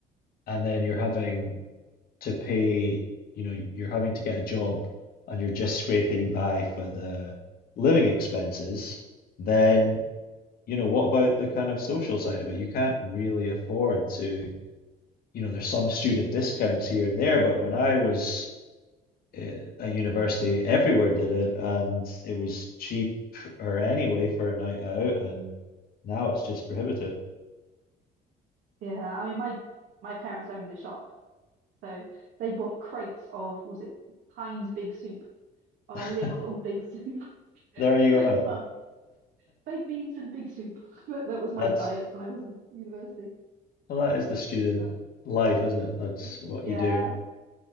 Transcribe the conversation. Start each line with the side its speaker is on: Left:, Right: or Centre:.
Left: and then you're having to pay, you know, you're having to get a job and you're just scraping by for the living expenses, then, you know, what about the kind of social side of it? You can't really afford to, you know, there's some student discounts here and there, but when I was eh, at university,
Right: Yeah,
Left: everywhere did it and it was cheap or anyway for a night out, and now it's just prohibitive.
Right: yeah. I mean, my my parents owned a shop, so they brought crates of was it Heinz Big Soup, and
Left: <laughs>
Right: I lived on Big Soup <laughs>
Left: There
Right: for
Left: you
Right: like
Left: go.
Right: months. Baked beans and Big Soup. <laughs> That, that was
Left: <laughs> That's
Right: my diet when I was at university.
Left: Well, that is the student
Right: But
Left: life, isn't it? That's
Right: it's just
Left: what
Right: you know, yeah,
Left: you do.